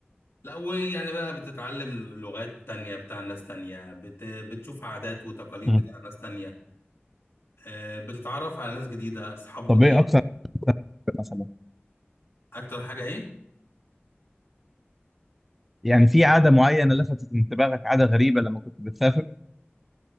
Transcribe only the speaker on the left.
لا ويعني بقى بتتعلم لغات تانية بتاع ناس تانية بت... بتشوف عادات وتقاليد
بتاع ناس تانية آه، بتتعرف على ناس جديدة أصحاب
جداد
أكتر حاجة إيه؟